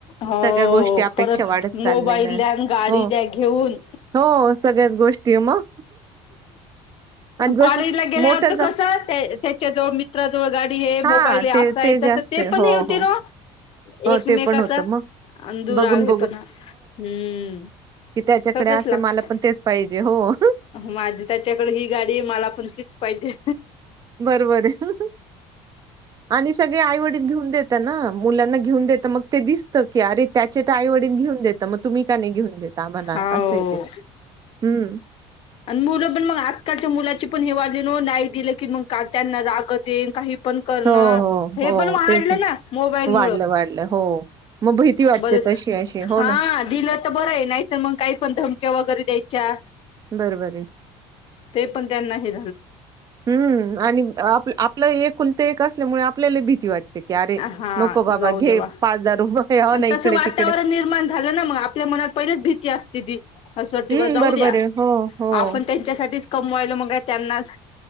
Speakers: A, on the left (about 50°); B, on the right (about 30°).
A: हो
B: सगळ्या गोष्टी अपेक्षा
A: परत
B: वाढत चाललेल्या
A: मोबाईल द्या आणि गाडी
B: हो
A: द्या घेऊन
B: हो सगळ्या गोष्ट, सगळेच गोष्टी मग, आणि जसं
A: कॉलेजला गेल्यावरत
B: मोठं झा
A: कस त्याच्या जवळ मित्राजवळ गाडी,
B: हां,
A: मोबाईल असा
B: ते
A: आहे
B: जास्त
A: तस ते
B: आहे. हो,
A: पण हे होते
B: हो.
A: ना.
B: हो
A: एकमेकाचा
B: ते पण होतं मग
A: अंदूरवे
B: बघून,
A: पण हम्म,
B: कि त्याच्याकडे
A: सगळंच
B: असेल
A: लागत
B: मला पण तेच पाहिजे. हो
A: माझी त्याच्याकडे ही गाडी मला पणलीच पाहिजे.
B: बरबर आहे आणि सगळे आईवडील घेऊन देत. मुलांना घेऊन देत मग ते दिसत की अरे त्याचे तर आईवडीलन घेऊन देत मग तुम्ही, का नाही घेऊन देता आम्हाला?
A: हो
B: असं आहे ते. हं.
A: मुलं पण मग आजकालच्या मुलाची पण हे वा, नाही दि की मग त्यांना रागच येन काही. करण
B: हो, हो,
A: हे
B: हो.
A: पण वाढले
B: तेच
A: ना मोबाईल
B: वाढलं,
A: मुळ
B: वाढलं. हो. मग भीती वाटते
A: बर,
B: तशी अशी. हो
A: हा
B: ना,
A: दिला तर बरा आहे. नाही तर मग काही पण धमक्या वगैरे द्यायच्या
B: बरोबर आहे.
A: ते पण त्यांना हे,
B: हम्म आणि आप आपलं एक कुलत एक असल्यामुळे, आपल्याला भीती वाटते. की अरे
A: हा
B: नको बाबा
A: जाऊ
B: घे
A: देवा
B: हो ना, इकडे-तिकडे.
A: तस वातावरण निर्माण, झालं ना मग आपल्या मनात पहिलीच भीती असते ती असं वाटतं,
B: हं,
A: जाऊ
B: बरोबर
A: द्या
B: आहे. हो, हो.
A: आपण त्यांच्यासाठी, कमवायल मग त्यांनाच,